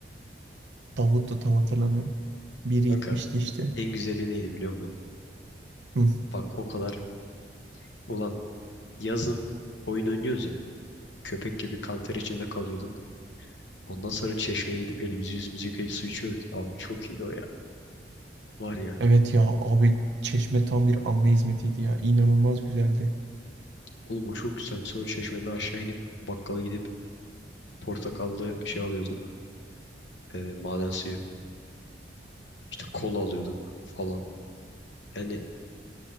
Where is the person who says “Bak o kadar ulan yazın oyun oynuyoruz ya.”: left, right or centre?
Left